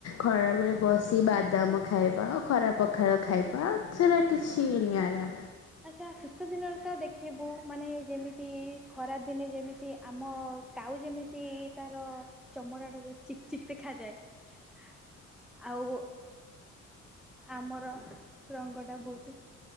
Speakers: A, on the left (about 55°); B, in the centre.
A: ଖରାବେେଳେ ବସି ବାଦାମ ଖାଇବା ଆଉ ଖରା ପ ପଖାଳ ଖାଇବା ସେଟା କିଛି ନିଆରା।
B: ଆଚ୍ଛା ଶୀତ ଦିନରେ ତ ଦେଖିବୁ ମାନେ ଯେମିତି ଖରାଦିନେ ଯେମିତି ଆମ କାଉ ଯେମିତି ତାର ଚମଡ଼ାଟା ଯେ ଚିକ୍ ଚିକ୍ ଦେଖାଯାଏ। ଆଉ ଆମର ରଙ୍ଗ ଟା ବହୁତ